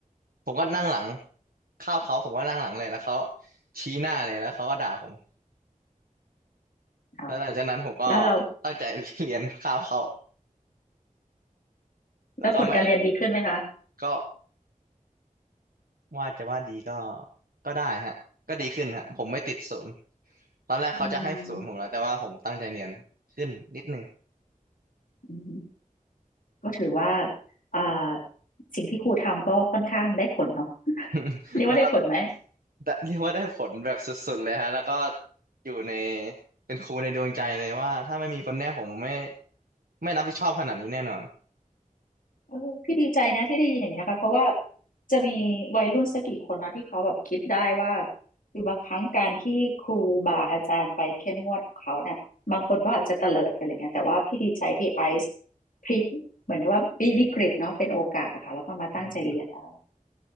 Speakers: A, on the right; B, on the left.
A: ผมก็นั่งหลังคาบเขาผมก็นั่งหลังเลยแล้วเขาชี้หน้าเลยแล้วเขาก็ด่าผม
B: เอา
A: แล้วหลังจากนั้นผมก็
B: แล้วเรา
A: ตั้งใจเรียนคาบเขา
B: แล้วผลการเรียนดีขึ้นไหมคะ
A: แล้วก็ไม่ก็ ว่าจะว่าดีก็ก็ได้ฮะก็ดีขึ้นฮะผมไม่ติดศูนย์ตอนแรกเขาจะให้ศูนย์ผมแล้วแต่ว่าผมตั้งใจเรียนขึ้นนิดนึง
B: อืมอืมก็ถือว่าอ่าสิ่งที่ครูทำก็ค่อนข้างได้ผลเนาะ
A: <laughs>
B: <laughs> เรียกว่าได้ผลไหม
A: แล้วก็ได้เรียกว่าได้ผลแบบสุดๆเลยฮะแล้วก็อยู่ในเป็นครูในดวงใจเลยว่าถ้าไม่มีคนเนี้ยผมไม่ไม่รับผิดชอบขนาดนี้แน่นอน
B: เออพี่ดีใจนะที่ได้ยินอย่างนี้ยค่ะเพราะว่าจะมีวัยรุ่นสักกี่คนเนาะที่เขาแบบคิดได้ว่าคือบางครั้งการที่ครูบาอาจารย์ไปเข้มงวดกับเขาเนี่ยบางคนก็อาจจะเตลิดไปอะไรเงี้ยแต่ว่าพี่ดีใจที่ไอซ์พลิกเหมือนกับว่าวิวิกฤตเนาะเป็นโอกาสนะคะแล้วก็มาตั้งใจเรียนอ
A: อืม